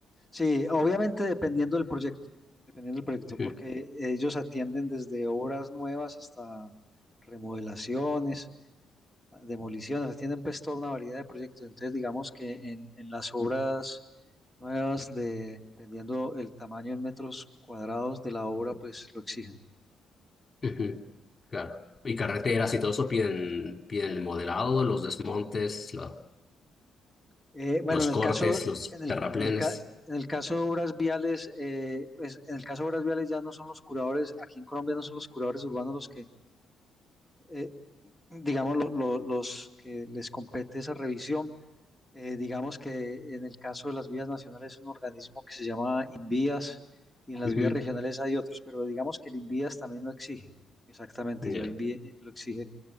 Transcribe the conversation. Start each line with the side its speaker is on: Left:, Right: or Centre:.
Centre: Sí, obviamente dependiendo del proyecto, dependiendo del proyecto,
Left: Ujú,
Centre: porque ellos atienden desde obras nuevas hasta remodelaciones, demoliciones, atienden pues toda una variedad de proyectos. Entonces, digamos que en, en las obras nuevas de, dependiendo el tamaño en metros cuadrados de la obra, pues lo exigen.
Left: ujú, Claro. Y carreteras y todo eso piden, piden el modelado, los desmontes, la-
Centre: Eh, bueno,
Left: Los
Centre: en el
Left: cortes,
Centre: caso,
Left: los
Centre: en el,
Left: terraplenes.
Centre: en el, ca- en el caso de obras viales, eh, pues en el caso de obras viales ya no son los curadores, aquí en Colombia no son los curadores urbanos los que, eh, digamos, lo- lo- los que les compete esa revisión. Eh, digamos que en el caso de las vías nacionales es un organismo que se llama INVÍAS y en las
Left: Ujú.
Centre: vías regionales hay otros, pero digamos que el INVÍAS también lo exige. Exactamente,
Left: Ya.
Centre: ya INVÍAS eh, lo exige